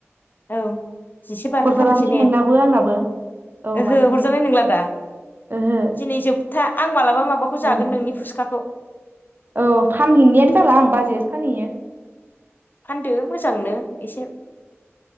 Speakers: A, on the left; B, on the right.
A: औ जिसे बारहो
B: हरजालानोसै
A: थारनिसै ने
B: नोंनाबो आंनाबो औ
A: ओहो
B: बाथारनोसै
A: हरजानाय नंला दा।
B: ओहो
A: दिनै जोबथा आं मालाबा माबाखौ जागोन
B: ओ
A: नोंनि फुसखाखौ।
B: औ फानहैनायानो जाला आं बाजैयासो फानहैयो।
A: फानदो मोजांनो एसे